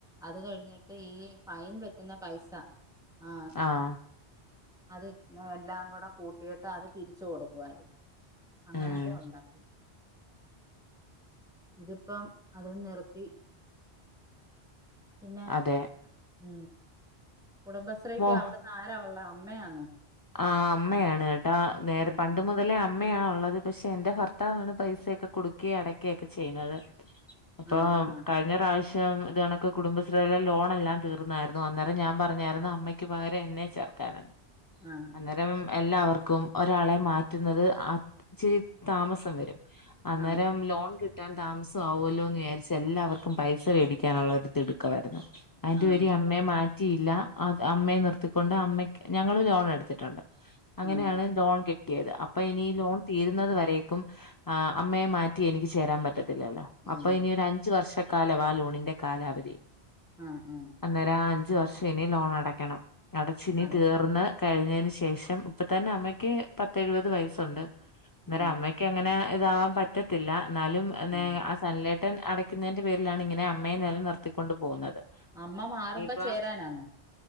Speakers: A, in the centre; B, on the left (about 30°).
A: അത് കഴിഞ്ഞിട്ട് ഈ ഫൈൻ വെക്കുന്ന പൈസ ആ
B: ആഹ്
A: അത് എല്ലാം കൂടെ കൂട്ടിയിട്ട് അത് പിരിച്ച് കൊടുക്കുമായിരുന്നു അങ്ങനൊക്കെ
B: ഉം
A: ഉണ്ടായി ഇതിപ്പം അത് നിർത്തി പിന്നെ
B: അതെ
A: ഉ കുടുംബശ്രീക്ക്
B: മോ
A: അവിടന്ന് ആരാ ഉള്ള അമ്മയാന്നോ
B: ആ അമ്മയാണ് കേട്ടാ നേരെ
A: ഉം.
B: പണ്ട് മുതലേ അമ്മയാണള്ളത് പക്ഷെ എന്റെ ഭർത്താവാണ് പൈസൊക്കെ കൊടുക്കെ അടക്കെക്കെ ചെയ്യുന്നത് അപ്പൊ
A: ആ ആ
B: അതിനഞ്ഞൊവശ്യം ഇ കണക്ക് കുടുംശീളെ ലോണെല്ലാം തീർന്നായിരുന്നു അന്നേരം ഞാൻ പറഞ്ഞായിരുന്നു അമ്മയ്ക്ക് ക്ക് പകരം എന്നെ ചേർക്കാണ്
A: ആ ആ
B: അന്നേരം എല്ലാവർക്കും ഒരാളെ മാറ്റുന്നത് അച്ചിരി താമസം വരും അന്നേരം
A: ആ
B: ലോൺ കി കിട്ടാൻ താമസം ആവുല്ലോ എന്ന് വിചാരിച്ചു എല്ലാവർക്കും പൈസ മേടിക്കാനുള്ളൊരുതിടുക്കമായിരുന്നു അയ്ന്റെ
A: ആ ആ
B: പേരി അമ്മയെ മാറ്റിയില്ല അമ്മയെ നിർത്തിക്കൊണ്ട് അമ്മക്ക് ഞങ്ങള്ലോൺ എടുത്തിട്ടുണ്ട്
A: ആ
B: അങ്ങനെയാണ് ഡോൺ ക്കിട്ട.. കിട്ടിയത് അപ്പൊ ഇനി ലോൺ തീരുന്നത് വരേക്കും ആ അമ്മയെ മാറ്റി എനിക്ക് ചേരാൻ പറ്റത്തില്ലല്ലോ
A: ഇല്ല
B: അപ്പ ഇനി ഒരു അഞ്ച വർഷക്കാലവാ ലൊണിന്റെ കാലാവധി
A: ഉം ഉം
B: അന്നേരം അഞ്ചു വർഷം ഇനി ലോൺ അടക്കണം അടച്ചിനി
A: അട
B: തീർന്ന് കഴിഞ്ഞെ.. ശേഷം ഇപ്പ തന്നെ അമ്മയ്ക്ക് പത്ത എഴുപത് വയസുണ്ട് അന്നേരം
A: ആ
B: അമ്മയ്ക്ക് അങ്ങനെ ഇതാവാൻ പറ്റത്തില്ല എന്നാലും
A: ആ
B: നെ... നലേട്ടൻ അടയ്ക്കുന്നതിന്റെ പേരിലാണ് ഇങ്ങനെ അമ്മയെ നെലനിർത്തിക്കൊണ്ടു പോകുന്നത്
A: അമ്മ മാറുമ്പോ
B: ഇനിയിപ്പ
A: ചേരാനാന്നോ